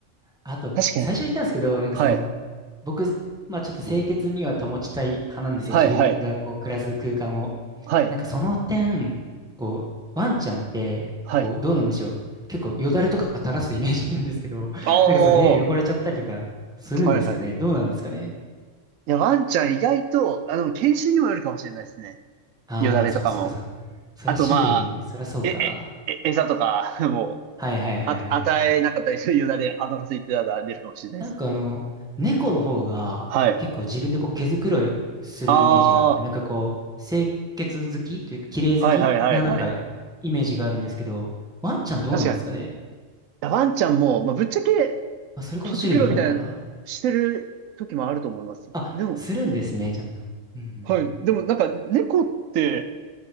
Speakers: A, in the centre; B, on the right.
A: あと、
B: 確かに。
A: 最初言ったんですけど、なんかその、
B: はい、
A: 僕、まあちょっと清潔には保ちたい派なんですよ。
B: はい、
A: 自分がこう、
B: はい、
A: 暮らす空間を。
B: はい、
A: なんかその点、こう、ワンちゃんって、
B: はい。
A: こう、どうなんでしょう。結構よだれとか垂らすイメージなんですけど、<laughs>
B: ああ、
A: なんかそう部屋汚れちゃったりとかするんですかね。
B: はい、はい。
A: どうなんですかね。
B: いや、ワンちゃん意外と、あの、犬種にもよるかもしれないですね。
A: ああ、
B: よだれとかも。
A: そっかそっかそっか。そりゃ種類に、
B: あと、まあ、
A: そりゃそうか。
B: え、え、え、餌とか、<laughs> もう、
A: はいはいはいはいはい。
B: あ、与えなかったりするよだれ、お腹空いてたら出るかもしれないですね。
A: なんかあの、猫の方が結構自分でこう毛づくろいするイメージがあって、
B: はい。ああ、
A: なんかこう、清潔好きというか、綺麗好きななんか
B: はいはいはいはい。
A: イメージがあるんですけど、ワンちゃんどうなんですかね。
B: 確かに。いやワンちゃんも、まあ、ぶっちゃけ、
A: まあ、それこそ種類によるのかな。
B: 毛づくろいみたいな、してる時もあると思いますよ。
A: あ、
B: でも、
A: するんですね、ちゃんと。うんう
B: はい。
A: ん。
B: でも、なんか、猫って、